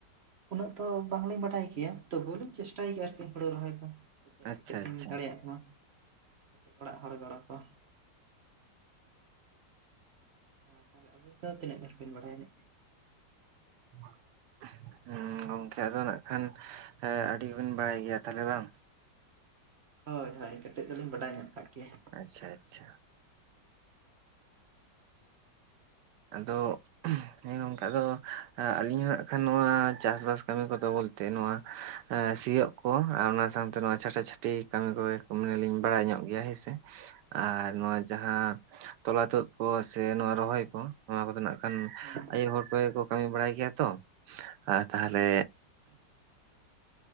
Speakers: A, on the right (about 50°); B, on the right (about 75°).
A: ᱩᱱᱟᱹᱜ ᱫᱚ ᱵᱟᱝᱞᱤᱧ ᱵᱟᱰᱟᱭ ᱜᱮᱭᱟ ᱛᱚᱵᱩ ᱞᱤᱧ ᱪᱮᱥᱴᱟᱭ ᱜᱮᱭᱟ ᱟᱨᱠᱤ ᱦᱩᱲᱩ ᱨᱚᱦᱚᱭ ᱫᱚ ᱡᱟᱛᱮ
B: ᱟᱪᱪᱷᱟ
A: ᱠᱟᱹᱴᱤᱡ ᱞᱤᱧ
B: ᱟᱪᱪᱷᱟ
A: ᱫᱟᱲᱮᱭᱟᱜ᱾ <unintelligible> ᱠᱟᱹᱴᱤᱡ ᱚᱲᱟᱜ ᱦᱚᱲᱮ ᱜᱚᱲᱚ ᱠᱚᱣᱟ᱾ ᱟᱨ ᱛᱟᱦᱚᱞᱮ ᱟᱵᱤᱱ ᱫᱚ ᱛᱤᱱᱟᱹᱜ ᱜᱟᱱ ᱵᱤᱱ ᱵᱟᱰᱟᱭᱟ ᱟᱱᱤᱡ?
B: <inaudible> ᱦᱮᱸ, ᱜᱚᱝᱠᱮ ᱟᱫᱚ ᱱᱟᱜᱠᱷᱟᱱ ᱟᱰᱤᱵᱤᱱ ᱵᱟᱲᱟᱭ ᱜᱮᱭᱟ ᱛᱟᱦᱞᱮ ᱵᱟᱝ?
A: ᱦᱳᱭ ᱦᱳᱭ, ᱠᱟᱹᱴᱤᱡ ᱫᱚᱞᱤᱧ ᱵᱟᱰᱟᱭ ᱧᱚᱜ ᱠᱟᱜ ᱜᱮᱭᱟ᱾
B: ᱟᱪᱪᱷᱟ ᱟᱪᱪᱷᱟ᱾ ᱟᱫᱚ ᱦᱮᱸ ᱜᱚᱝᱠᱮ ᱟᱫᱚ ᱟᱹᱞᱤᱧ ᱦᱚᱸ ᱦᱟᱸᱜ ᱠᱷᱟᱱ ᱱᱚᱣᱟ ᱪᱟᱥᱵᱟᱥ ᱠᱟᱢᱤ ᱠᱚᱫᱚ ᱵᱚᱞ ᱛᱮ ᱱᱚᱣᱟ ᱥᱤᱭᱳᱜ ᱠᱚ ᱟᱨ ᱚᱱᱟ ᱥᱟᱶᱛᱮ ᱱᱚᱣᱟ ᱪᱷᱟᱴᱟ ᱪᱷᱟᱴᱤ ᱠᱟᱢᱤ ᱠᱚᱜᱮ᱾ ᱠᱚ ᱢᱟᱱᱮ ᱞᱤᱧ ᱵᱟᱲᱟᱭ ᱧᱚᱜ ᱜᱮᱭᱟ ᱦᱮᱸᱥᱮ᱾ ᱟᱨ
A: ᱟᱪᱪᱷᱟ
B: ᱱᱚᱣᱟ ᱡᱟᱦᱟᱸ
A: ᱟᱪᱪᱷᱟ
B: ᱛᱚᱞᱟ ᱛᱳᱫ ᱠᱚ ᱥᱮ ᱱᱚᱣᱟ ᱨᱚᱦᱚᱭ ᱠᱚ ᱱᱚᱣᱟ ᱠᱚᱫᱚ ᱱᱟᱜ ᱠᱷᱟᱱ
A: ᱦᱩᱸ᱾
B: ᱟᱭᱳ ᱦᱚᱲ ᱠᱚᱜᱮ ᱠᱚ ᱠᱟᱹᱢᱤ ᱵᱟᱲᱟᱭ ᱜᱮᱭᱟ ᱛᱚ, ᱟ ᱛᱟᱦᱚᱞᱮ
A: ᱟᱪᱪᱷᱟ ᱟᱪᱪᱷᱟ